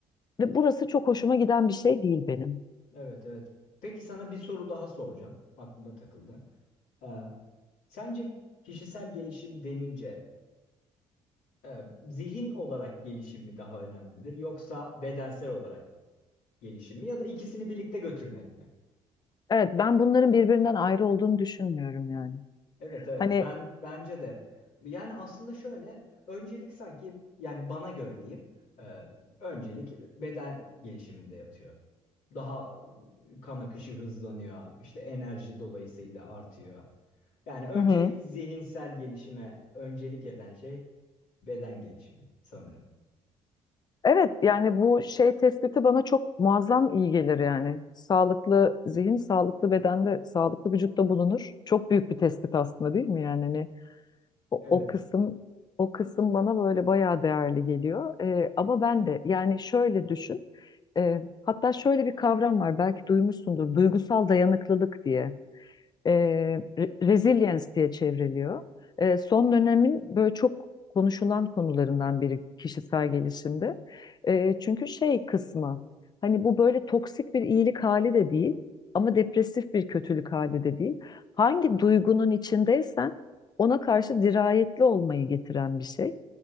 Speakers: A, on the left; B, on the left.
A: ve burası çok hoşuma giden bir şey değil benim.
B: evet, evet. Peki sana bir soru daha soracağım. Aklıma takıldı. Ee, sence kişisel gelişim denince e, zihin olarak gelişim mi daha önemlidir yoksa bedensel olarak gelişim mi ya da ikisini birlikte götürmek mi?
A: Evet, ben bunların birbirinden ayrı olduğunu düşünmüyorum yani.
B: Evet evet
A: Hani
B: ben bence de yani aslında şöyle öncelik sanki yani bana göre diyeyim e, öncelik beden gelişiminde yatıyor. Daha kan akışı hızlanıyor işte enerji dolayısıyla artıyor. Yani öncelik
A: hı hı.
B: zihinsel gelişime öncelik eden şey beden gelişimi sanırım.
A: Evet yani bu şey tespiti bana çok muazzam iyi gelir yani. Sağlıklı zihin, sağlıklı bedende, sağlıklı vücutta bulunur. Çok büyük bir tespit aslında değil mi yani? Hani O,
B: Evet.
A: o kısım o kısım bana böyle bayağı değerli geliyor. Ee, ama ben de yani şöyle düşün. Ee, hatta şöyle bir kavram var belki duymuşsundur. Duygusal dayanıklılık diye e, re- resilience diye çevriliyor. E, son dönemin böyle çok konuşulan konularından biri kişisel gelişimde. E, çünkü şey kısmı hani bu böyle toksik bir iyilik hali de değil ama depresif bir kötülük hali de değil. Hangi duygunun içindeysen ona karşı dirayetli olmayı getiren bir şey.